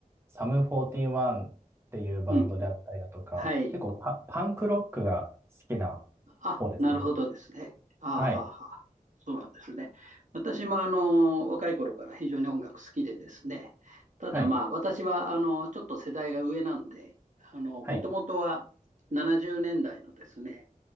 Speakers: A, on the right (about 15°); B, on the right (about 60°).
A: サムフォーティーンワンっていうバンドであったりだとか、
B: うん。はい。
A: 結構パ、パンクロックが好きな
B: あ、
A: 方ですね。
B: なるほどですね。ああ、
A: はい。
B: はあはあそうなんですね。私もあの、若い頃から非常に音楽好きでですね。ただまあ、
A: はい。
B: 私はあの、ちょっと世代が上なんで、あの、
A: はい。
B: もともとは70年代のですね、